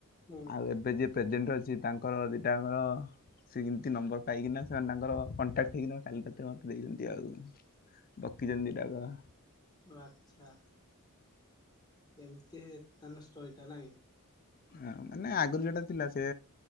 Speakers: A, on the left; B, on the left.
A: ହୁଁ।
B: ଆଉ ଏବେ ଯିଏ ପ୍ରେଜେଣ୍ଟ ଅଛି ତାଙ୍କର ଦିଟା ଙ୍କର ସିଏ କେମିତି ନମ୍ବର ପାଇକିନା ସେମାନେ ତାଙ୍କର କଣ୍ଟାକ୍ଟ ହେଇକିନା କାଲି ରାତିରେ ମତେ ଦେଇଚନ୍ତି ଆଉ। ବକିଚନ୍ତି ଦିଟାଯାକ।
A: ଓ ଆଚ୍ଛା ଏମତି ହି ତାନେ ଷ୍ଟୋରି ଟା ନାଇଁ।
B: ହଁ ମାନେ ଆଗରୁ ଯୋଉଟା ଥିଲା ସେ